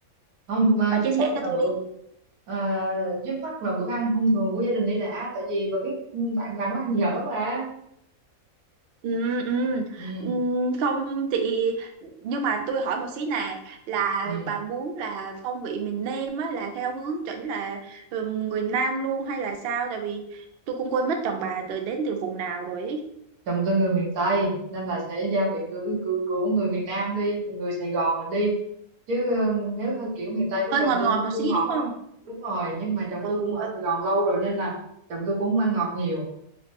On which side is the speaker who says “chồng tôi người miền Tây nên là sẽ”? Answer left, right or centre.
Right